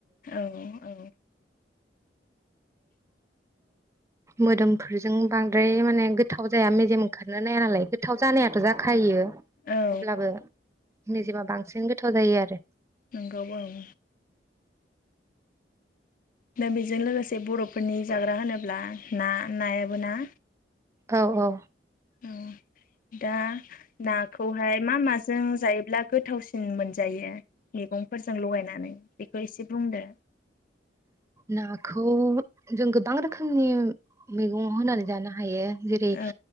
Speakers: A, on the left; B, on the right.
A: औ औ
B: मोदोमफोरजों बांद्राय माने गोथाव जाया मेजेम ओंखारनो नाया नालाय गोथाव जानायाथ जाखायो
A: औ
B: अब्लाबो मेजेमा बांसिन गोथाव जायो आरो
A: नोंगौ ओं दा बेजों लोगोसे बरफोरनि जाग्रा होनोब्ला ना नायाबो ना
B: औ औ
A: औ दा नाखौहाय मा माजों जायोब्ला गोथावसिन मोनजायो मैगंफोरजों लगायनानै बेखौ एसे बुंदो
B: नाखौ जों गोबां रोखोमनि मैगं होनानै जानो हायो जेरै
A: औ